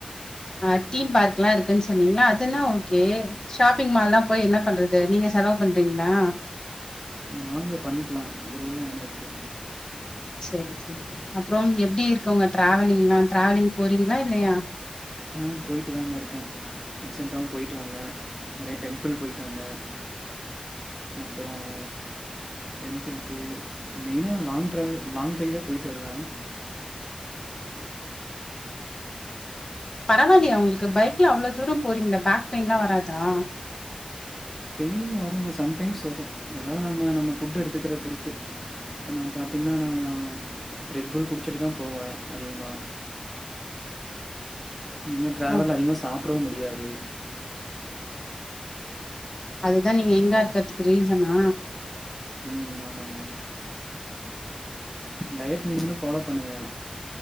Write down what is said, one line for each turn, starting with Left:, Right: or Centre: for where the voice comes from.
Left: ஆஹ் தீம் பார்க்லாம் இருக்குன்னு சொன்னீங்களா அதெலாம் ஓகே ஷாப்பிங் மால்லாம் போய் என்ன பண்றது நீங்க செலவு பண்றீங்ளா
Centre: வாங்க பண்ணிக்கலாம் இதெல எல்லாம் என்ன இருக்கு
Left: சேரி சேரி அப்புறோம் எப்டி இருக்கு உங்க டிராவலிங்லாம் டிராவலிங் போறீங்ளா இல்லயா
Centre: ஆ போய்ட்டு தாங்க இருக்கேன் ரீசென்ண்டாவும் போயிட்டு வந்தேன் நறய டெம்பிள் போயிட்டு வந்தேன் அப்புறோம் டெம்பிள்க்கு மெயினா லாங் டிராவல் லாங் ட்ரைவ் தான் போயிட்டு வருவேன்
Left: பரவாலயா உங்ளுக்கு பைக்ல அவ்ளோ தூரம் போறீங்ளே பஃக் பெயின்லா வராதா
Centre: பெயின் வருங்க சம்டைம்ஸ் வரும் அதான் நம்ம நம்ம ஃபுட் எடுத்துக்குறது பொறுத்து இப்ப நா பாத்தீங்கன்னா நா ரெட் புல் குடிச்சிட்டு தான் போவேன் அதிகமா நீங்க ட்ராவல்ல
Left: ஓ
Centre: அதிகமா சாப்டவும் முடியாது
Left: அதுதான் நீங்க எங்கா இருக்கர்துக்கு ரீசனா
Centre: ம் ஆமாங்க டயட் நீங்களு ஃபாலோ பண்ணுங்க